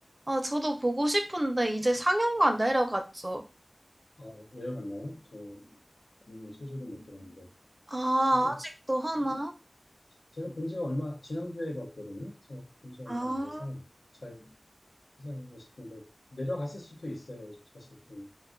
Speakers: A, on the right; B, on the left.
A: 아 저도 보고 싶은데 이제 상영관 내려갔죠.
B: 아, 내려갔나요 저 음, 소식은 못 들었는데
A: 아,
B: 뭐
A: 아직도 하나?
B: 제가 본 지가 얼마 지난주에 봤거든요. 그래서 굉장히
A: 아,
B: 안 돼서. 잘 생각나 싶은데 내려갔을 수도 있어요. 사실 좀